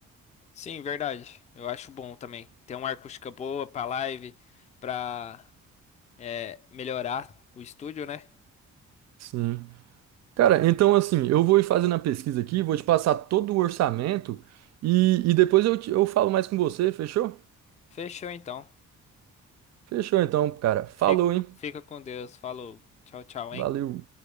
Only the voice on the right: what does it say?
Sim. Cara, então assim, eu vou ir fazendo a pesquisa aqui, vou te passar todo o orçamento e, e depois eu, te- eu falo mais com você, fechou?
Fechou então, cara. Falou,
hein?
Valeu.